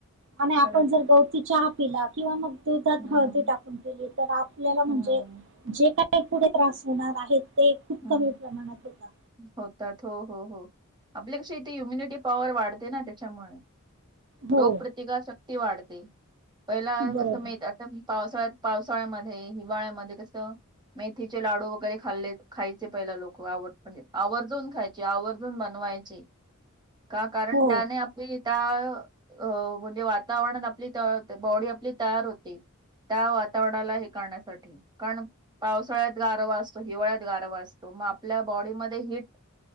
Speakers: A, on the right (about 60°); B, on the right (about 20°).
A: आणि आपण
B: खरंच
A: जर
B: आहे
A: गवती चहा पिला किंवा मग दुधात
B: हम्म
A: हळदी टाकून पीली तर आपल्याला म्हणजे
B: हम्म
A: जे काय पुुढे त्रास होणार आहेत ते खूप
B: हम्म
A: कमी प्रमाणात होता
B: होतात हो हो हो आपल्या कशी इथे इम्युनिटी पॉवर वाढते ना त्याच्यामुळे
A: हो
B: रोग प्रतिकार शक्ती वाढते. पहिला
A: बरोबर
B: असं <unintelligible> पावसाळ्यात पावसाळ्यामध्ये, हिवाळ्यामध्ये कसं मेथीचे लाडू वगैरे खाल्लेत खायचे पहिला लोक आवड म्हणजे आवर्जून खायचे, आवर्जून बनवायचे. का? कारण
A: हो
B: त्याने आप <unintelligible> अ म्हणजे वातावरणात आपली <unintelligible> बॉडी आपली तयार होते. त्या वातावरणाला हे करण्यासाठी कारण पावसाळ्यात गारवा असतो. हिवाळ्यात -- गारवा असतो. मग आपल्या बॉडी मध्ये हिट- -